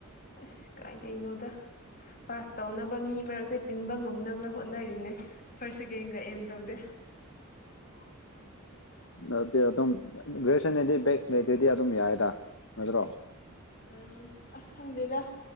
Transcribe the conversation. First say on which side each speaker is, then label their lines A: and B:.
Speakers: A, on the left (about 40°); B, on the left (about 60°).
A: ꯑꯁ ꯀꯥꯏꯗꯩꯅꯣꯗ ꯄꯥꯁ ꯇꯧꯅꯕ ꯃꯤ ꯃꯔꯛꯇ ꯇꯤꯟꯕ ꯉꯝꯅꯕ ꯍꯣꯠꯅꯔꯤꯅꯦ ꯐꯥꯔꯁ ꯁꯦꯀꯦꯟꯒ ꯑꯦꯝ ꯇꯧꯗꯦ <inaudible>
B: ꯑꯗꯨ ꯑꯗꯨꯝ ꯒꯦꯁꯟꯅꯗꯤ ꯕꯦꯛ ꯂꯩꯇ꯭ꯔꯗꯤ ꯑꯗꯨꯝ ꯌꯥꯏꯗ ꯅꯠꯇ꯭ꯔꯣ
A: ꯎꯝ ꯑꯁ ꯈꯪꯗꯦꯗ